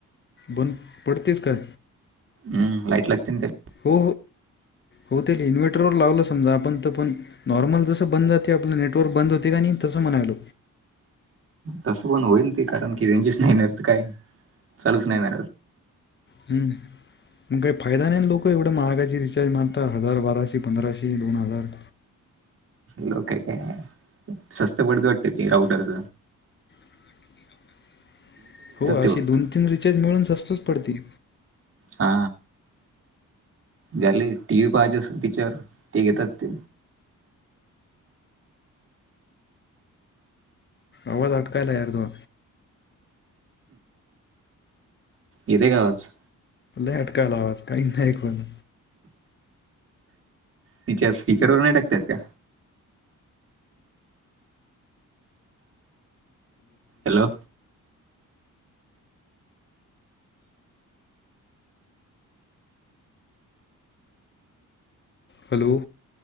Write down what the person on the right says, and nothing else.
हम्म लाइईट लागते त्या
तसं पण होईल ते कारण कि रेंजेस नाही मित काय चालूच नाही ना
लो का काय स्स्त पडत वाटत ते राऊटरच
ते फक्त
हा झाले टी व्ही पाहिजे असेल तिच्यावर ते घेतात ते
येतय काय आवाज?
तिच्या स्पीकरवरर नाही टाकता येत का? हॅलो